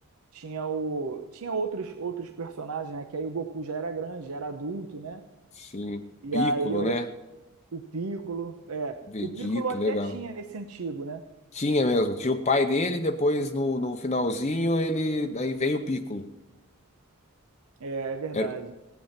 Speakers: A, on the right; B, on the left.
A: tinha o. Tinha outros, outros personagens, né? Que aí o Goku já era grande, já era adulto, né?
B: sim,
A: E
B: Piccolo,
A: aí eu lem-
B: né?
A: o Piccolo, é.
B: Vegeta,
A: O Piccolo até
B: legal.
A: tinha nesse antigo, né?
B: Tinha mesmo. Tinha o pai dele, depois no, no finalzinho ele. Daí veio o Piccolo.
A: É, é verdade.
B: Era,